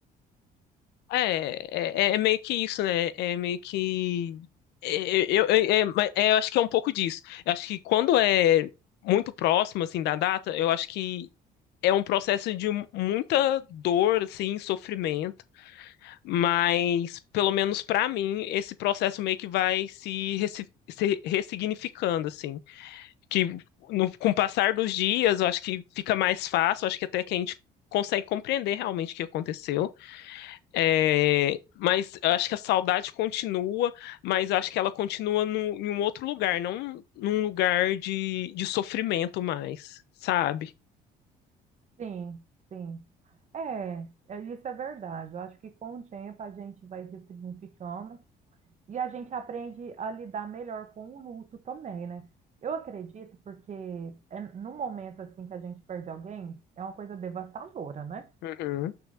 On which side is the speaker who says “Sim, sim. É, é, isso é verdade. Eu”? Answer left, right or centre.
Right